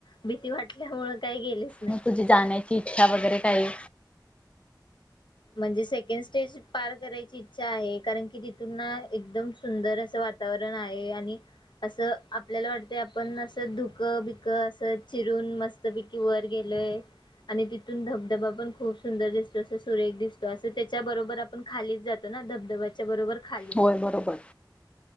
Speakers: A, on the left (about 80°); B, on the left (about 15°).
A: भीती वाटल्यामुळे काही गेलीच नाही
B: मग तुझी जाण्यायची इच्छा वगैरे काही?
A: म्हणजे सेकंड स्टेज पार करायची इच्छा आहे कारण की तिथून ना एकदम सुंदर असं वातावरण आहे आणि असं आपल्याला वाटत आपण असं धुक बिक असं चिरून मस्तपैकी वर गेलोय आणि तिथून धबधबा पण खूप सुंदर दिसतो अस सुरेख दिसतो अस त्याच्याबरोबर आपण खालीच जातो ना धबधब्याच्या बरोबर खाली
B: होय बरोबर